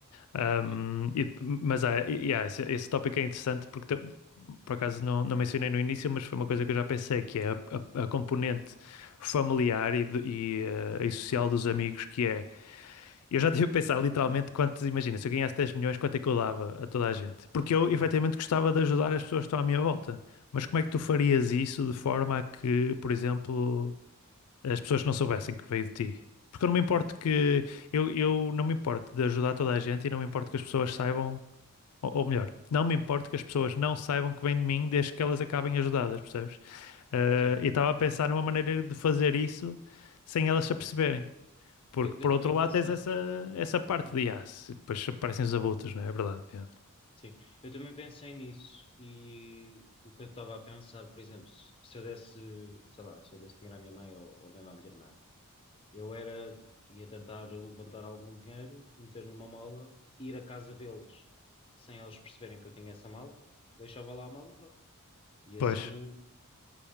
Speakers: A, on the left; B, on the left.
A: Ahm,
B: sim,
A: e- mas ah, e- e, ah, esse, esse tópico é interessante porque, ta- por acaso, não, não mencionei no início, mas foi uma coisa que eu já pensei, que é a, a- a componente familiar e, de- e, eh, e social dos amigos, que é eu já tive a pensar literalmente quanto, imagina, se eu ganhasse 10 milhões, quanto é que eu dava a toda a gente? Porque eu efetivamente
B: uhum,
A: gostava de ajudar as pessoas que estão à minha volta. Mas como é que tu farias isso de forma a que, por exemplo, as pessoas não soubessem que veio de ti? Porque eu não me importo que eu, eu não me importo de ajudar toda a gente e não me importo que as pessoas saibam, ou, ou melhor, não me importo que as pessoas não saibam que vem de mim desde que elas acabem ajudadas, percebes? Eh,
B: sim.
A: e estava a pensar numa maneira de fazer isso sem elas se aperceberem. Porque
B: Eu, eu
A: por
B: também
A: outro lado
B: pensei,
A: tens essa, essa parte
B: sim,
A: de aço, e depois aparecem os abutres, não é? É verdade. é.
B: sim. Eu também pensei nisso e o que eu estava a pensar, por exemplo, se, se eu desse, sei lá, se eu desse dinheiro à minha mãe ou, ou mesmo à minha irmã, eu era, ia tentar levantar algum dinheiro, meter numa mala, ir à casa deles sem eles perceberem que eu tinha essa mala, deixava lá a mala e pronto. E assim
A: Pois,